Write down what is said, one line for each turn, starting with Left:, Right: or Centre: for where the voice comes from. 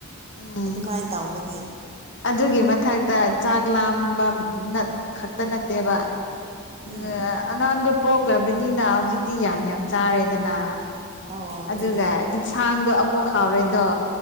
Left: ꯎꯝ
Right: ꯑꯗꯨꯃꯥꯏꯅ ꯇꯧꯒꯅꯤ
Left: ꯑꯗꯨꯒꯤ ꯃꯊꯥꯛꯇ ꯆꯥꯛ ꯂꯥꯝꯕꯝ ꯅꯠ ꯈꯛꯇ ꯅꯠꯇꯦꯕ <inaudible>
Right: ꯎꯝ
Left: ꯑꯉꯥꯡꯗꯣ ꯄꯣꯛꯂꯕꯥꯅꯤꯅ ꯍꯧꯖꯤꯛꯇꯤ ꯌꯥꯝ ꯌꯥꯝ ꯆꯥꯔꯦꯗꯅ
Right: ꯑꯧ ꯑꯗꯨꯅꯦ
Left: ꯑꯗꯨꯅ ꯏꯟꯁꯥꯡꯗꯣ ꯑꯃꯨꯛ ꯍꯥꯎꯔꯦꯗꯣ